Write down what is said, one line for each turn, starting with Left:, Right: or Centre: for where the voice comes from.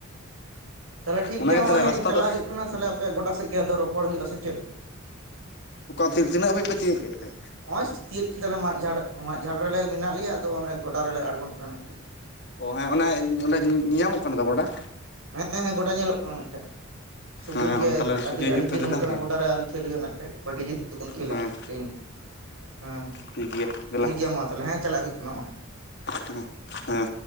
Right: ᱛᱟᱦᱚᱞᱮ ᱴᱷᱤᱠ
Left: ᱚᱱᱟᱜᱮ
Right: ᱜᱮᱭᱟ ᱦᱚᱸᱜᱼᱚᱭ
Left: ᱛᱟᱦᱚᱞᱮ ᱨᱟᱥᱛᱟ
Right: ᱪᱟᱞᱟᱜ
Left: ᱫᱚ
Right: ᱦᱩᱭᱩᱜ ᱠᱟᱱᱟ ᱛᱟᱦᱚᱞᱮ ᱟᱯᱮᱭᱟᱜ ᱜᱚᱰᱟ ᱥᱮᱫᱜ ᱜᱮ ᱟᱫᱚ ᱨᱚᱯᱚᱲ ᱦᱩᱭᱩᱜᱼᱟ᱾ ᱥᱮ ᱪᱮᱫ?
Left: ᱚᱠᱟ ᱛᱤᱱᱟᱹᱜ
Right: <inaudible>
Left: ᱦᱟᱹᱵᱤᱡ ᱯᱮ ᱛᱤᱭᱟᱹᱜ ᱠᱮᱫ ᱛᱮ
Right: <unintelligible> ᱠᱤ ᱛᱟᱞᱮ ᱢᱟᱫ ᱡᱷᱟᱲ ᱢᱟᱫ ᱡᱷᱟᱲ ᱨᱮᱞᱮ ᱢᱮᱱᱟᱜ ᱞᱮᱭᱟ ᱟᱫᱚ ᱚᱱᱮ ᱜᱚᱰᱟ ᱨᱮ ᱞᱮ ᱟᱬᱜᱳᱱ ᱠᱟᱱᱟ᱾
Left: ᱚ ᱦᱮᱸ ᱚᱱᱮ ᱚᱸᱰᱮ ᱧᱮᱧᱟᱢᱚᱜ ᱠᱟᱱᱟ ᱫᱚ ᱜᱚᱰᱟ᱾
Right: ᱦᱮᱸ ᱦᱮᱸ ᱜᱚᱰᱟ ᱧᱮᱞᱚᱜ ᱠᱟᱱᱟ ᱱᱟᱜ ᱠᱷᱟᱡ ᱥᱩᱵᱩᱡ
Left: ᱦᱮᱸ
Right: ᱜᱮ
Left: ᱛᱟᱦᱚᱞᱮ
Right: ᱟᱹᱰᱤ
Left: ᱥᱚᱡᱷᱮ ᱦᱤᱡᱩᱜ
Right: ᱟᱹᱰᱤ
Left: ᱯᱮ
Right: ᱫᱤᱱ
Left: ᱫᱮᱞᱟ
Right: ᱱᱚᱝᱠᱟᱱᱟᱜ
Left: ᱦᱮᱸ
Right: ᱜᱚᱰᱟᱨᱮ ᱟᱹᱣᱨᱤ ᱠᱷᱮᱞ ᱦᱩᱭᱩᱜᱼᱟ ᱱᱟᱠᱷᱟᱡ᱾ ᱵᱷᱟᱜᱤ ᱡᱚᱜ ᱛᱮᱵᱚᱱ ᱠᱷᱮᱞᱟ
Left: ᱦᱮᱸ
Right: ᱛᱮᱦᱮᱧ, ᱦᱮᱸ ᱦᱮᱸ᱾
Left: ᱴᱷᱤᱠ ᱜᱮᱭᱟ ᱫᱮᱞᱟ
Right: ᱴᱷᱤᱠ ᱜᱮᱭᱟ ᱢᱟ ᱛᱟᱦᱚᱞᱮ ᱦᱮᱸ ᱪᱟᱞᱟᱜ ᱦᱩᱭᱩᱜ ᱠᱟᱱᱟ ᱱᱚᱜᱼᱚᱭ᱾
Left: ᱦᱮᱸ ᱦᱮᱸ